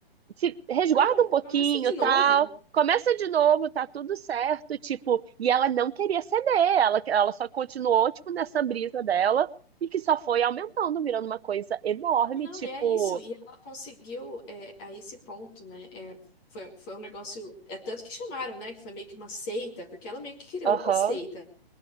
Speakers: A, on the right (about 75°); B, on the left (about 20°).
A: se resguarda
B: É,
A: um pouquinho,
B: começa de novo.
A: tal. Começa de novo, tá tudo certo, tipo, e ela não queria ceder, ela, ela só continuou, tipo, nessa brisa dela, e que só foi aumentando, virando uma coisa enorme,
B: Não,
A: tipo,
B: é isso. E ela conseguiu é, a esse ponto, né? É, foi, foi um negócio. É tanto que chamaram, né? Que foi meio que uma seita, porque ela meio que criou
A: aham,
B: uma seita.